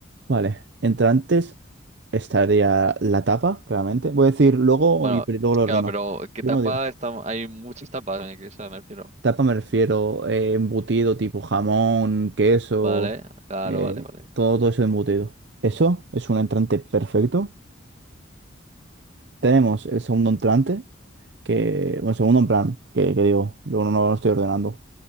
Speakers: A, on the right (about 60°); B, on the right (about 35°).
A: Vale, entrantes estaría la tapa, claramente. Voy a decir luego
B: Bueno,
A: y pri- luego lo ordono.
B: claro, pero ¿qué
A: Primero
B: tapa?
A: digo.
B: Está... Hay muchas tapas, en el que eso me refiero.
A: Tapa me refiero eh, embutido tipo jamón, queso,
B: Vale, claro,
A: eh,
B: vale, vale.
A: todo, todo eso embutido. Eso es un entrante perfecto. Tenemos el segundo entrante, que, bueno, segundo en plan, que, que digo, luego no, no lo estoy ordenando.